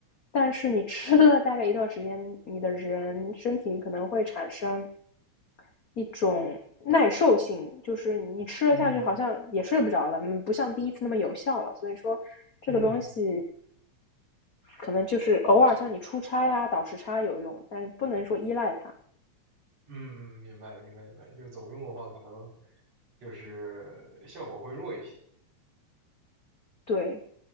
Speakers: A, on the left; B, on the right.
A: 但是你吃了大概一段时间，你的人身体里可能会产生一种耐受性，就是你吃了下去好像也睡不着了，
B: 嗯
A: 嗯不像第一次那么有效了。所以说，这个东西
B: 嗯，
A: 可能就是偶尔像你出差啊、
B: 就
A: 倒时差有用，但是不能说依赖它。
B: 嗯嗯，明白明白明白。就是总用的话，可能就是效果会弱一些。
A: 对